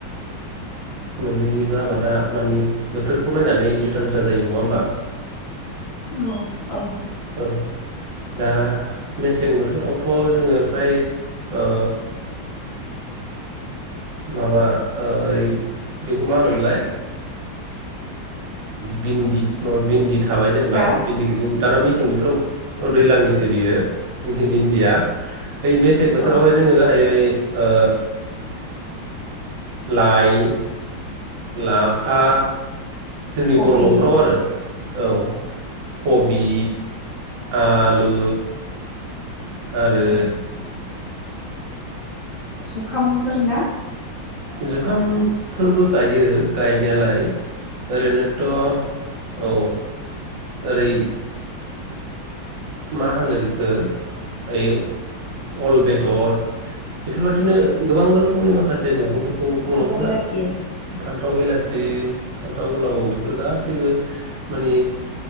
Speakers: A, on the right; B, on the left.
A: मोननैनिबो आबादा मानि बोथोरखौ नायनानै जुदा जुदा जायो नङा होमबा।
B: औ औ।
A: औ दा मेसें बोथोरावथ' जोङो फ्राय ओ माबा ओओरै बेखौ मा होनोमोनलाय भन्दि माबा भन्दि थ थाबाय जेनेबा
B: हा
A: भन्दिखौबो दाना मेसें बोथोराव दैजलांनिसो बियो भन्दिया बै मेसें बोथोरावायोङो
B: औ
A: गाहायै ओ लाइ लाफा जोंनि
B: कबि
A: बर' न'खराव आरो औ कबि आलु आरो
B: औ। जुखाम फोरना।
A: जुखाम फोरबो गायो गायनायालाय। ओरैनोथ' औ ओरै मा होनो बिखौ ओइ अल बेदर बेफोरबायदिनो गोबां रोखोम समनि माखासे मैगंफोरखौ
B: औ फान्थाव
A: बर'फ
B: बिलाथि
A: फान्थाव बिलाथि फान्थाव गोलाबाव बेफोर गासैबो माने